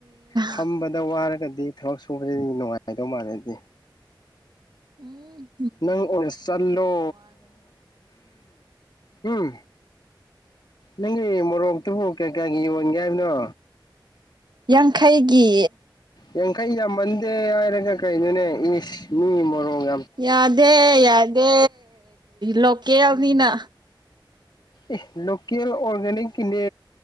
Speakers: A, on the left; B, on the right.
A: ꯐꯝꯕꯗ
B: ꯎꯝ
A: ꯋꯥꯔꯦ ꯈꯗꯤ ꯊꯕꯛ ꯁꯨꯕꯁꯤꯗꯤ ꯅꯨꯡꯉꯥꯏꯗꯧ ꯃꯥꯜꯂꯗꯤ
B: ꯎꯝ
A: ꯅꯪ ꯑꯣꯅ ꯆꯥꯠꯂꯣ ꯎꯝ ꯅꯪꯒꯤ ꯃꯣꯔꯣꯛꯇꯨꯕꯨ ꯀꯩ ꯀꯌꯥꯒꯤ ꯌꯣꯟꯒꯦ ꯍꯥꯏꯕꯅꯣ
B: ꯌꯥꯡꯈꯩꯒꯤ
A: ꯌꯥꯡꯈꯩ ꯌꯥꯝꯃꯟꯗꯦ ꯍꯥꯏꯔꯒ ꯀꯩꯅꯣꯅꯦ ꯏꯁ ꯃꯤ ꯃꯔꯣꯡ
B: ꯌꯥꯗꯦ ꯌꯥꯗꯦ ꯂꯣꯀꯦꯜꯅꯤꯅ
A: ꯑꯦ ꯂꯣꯀꯦꯜ ꯑꯣꯔꯒꯥꯅꯤꯛꯀꯤꯅꯦ